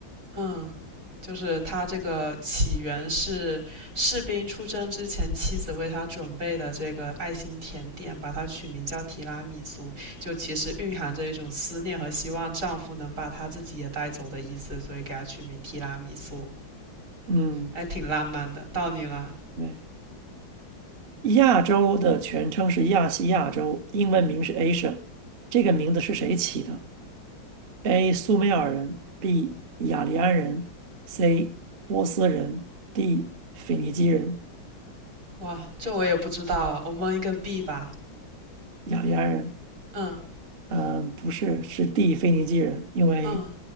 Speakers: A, on the right; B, on the right.
A: 嗯，就是他这个起源是士兵出征之前妻子为他准备的这个爱心甜点，把它取名叫提拉米苏，就其实蕴含着一种思念和希望丈夫能把他自己也带走的意思，所以给他取名提拉米苏，
B: 嗯，
A: 哎，挺浪漫的。到你了，
B: 对。亚洲的全称是亚细亚洲，英文名是 a s i a 这个名字是谁起的？A. 苏美尔人，B. 雅利安人，C. 波斯人，D. 腓尼基人。
A: 哇，这我也不知道啊，我蒙一个 B 吧。
B: 雅利安人，
A: 嗯
B: 嗯、不是，是 D. 腓尼基人，因为
A: 嗯